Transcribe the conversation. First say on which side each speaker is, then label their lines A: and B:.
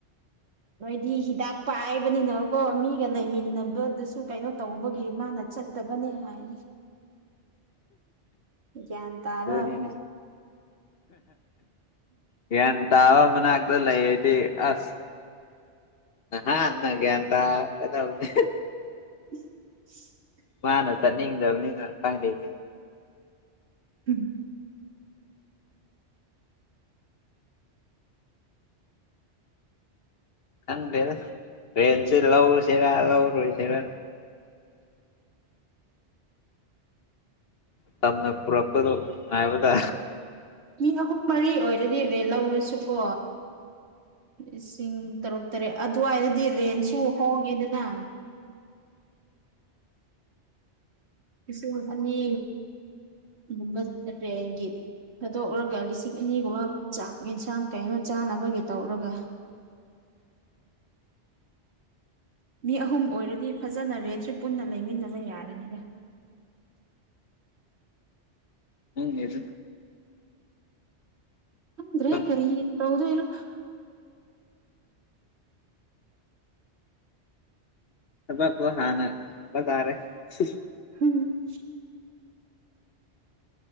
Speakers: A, on the right; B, on the left.
A: ꯅꯣꯏꯗꯤ ꯍꯤꯗꯥꯛ ꯄꯥꯏꯕꯅꯤꯅꯀꯣ ꯃꯤꯒ ꯂꯩꯃꯤꯟꯅꯕꯗꯨꯁꯨ ꯀꯩꯅꯣ ꯇꯧꯕꯒꯤ ꯃꯥꯅ ꯆꯠ ꯇꯕꯅꯤ ꯍꯥꯏ ꯒ꯭ꯌꯥꯟ ꯇꯥꯕ
B: ꯑꯗꯨꯅꯤꯅꯦ ꯒ꯭ꯌꯥꯟ ꯇꯥꯕ ꯃꯅꯥꯛ ꯑꯗꯨ ꯂꯩꯌꯦꯗꯤ ꯑꯁ ꯅꯍꯥꯟ ꯅ ꯒ꯭ꯌꯥꯟ ꯇꯥ ꯀꯗꯧꯅꯤ
A: <unintelligible>
B: ꯃꯥꯅ ꯆꯠꯅꯤꯡꯗꯕꯅꯤꯅ ꯈꯪꯗꯦꯁꯦ
A: ꯎꯝ
B: ꯈꯪꯗꯦꯗꯥ ꯄꯦꯟꯁꯤ ꯂꯧꯁꯤꯔꯥ ꯂꯧꯔꯣꯏꯁꯤꯔꯥ ꯇꯝꯅ ꯄꯨꯔꯛꯄꯗꯨ ꯉꯥꯏꯕꯗꯥ
A: ꯃꯤ ꯑꯍꯨꯝ ꯃꯔꯤ ꯑꯣꯏꯔꯗꯤ ꯔꯦꯟ ꯂꯧꯔꯁꯨꯀꯣ ꯂꯤꯁꯤꯡ ꯇꯔꯨꯛ ꯇꯔꯦꯠ ꯑꯗꯨꯋꯥꯏꯗꯗꯤ ꯔꯦꯟꯁꯨ ꯍꯣꯡꯉꯦꯗꯅ ꯂꯤꯁꯤꯡ ꯑꯅꯤ ꯒꯨꯝꯕ <inaudible> ꯊꯥꯗꯣꯛꯔꯒ ꯂꯤꯁꯤꯡ ꯑꯅꯤꯒꯨꯝꯕ ꯆꯥꯛ ꯌꯦꯟꯁꯥꯡ ꯀꯩꯅꯣ ꯆꯥꯅꯕꯒꯤ ꯇꯧꯔꯒ ꯃꯤ ꯑꯍꯨꯝ ꯑꯣꯏꯔꯗꯤ ꯐꯖꯅ ꯔꯦꯟꯁꯨ ꯄꯨꯟꯅ ꯂꯩꯃꯤꯟꯅꯕ ꯌꯥꯕꯅꯤꯗ
B: ꯈꯪꯗꯦꯗ
A: ꯗ꯭ꯔꯦ
B: ꯊꯕꯛ
A: ꯍꯦ ꯀꯔꯤ ꯇꯧꯗꫭꯏꯔꯥ
B: ꯊꯕꯛꯇꫭ ꯍꯥꯠꯅ ꯍꯪꯕ ꯇꯥꯔꯦ <unintelligible>
A: <unintelligible>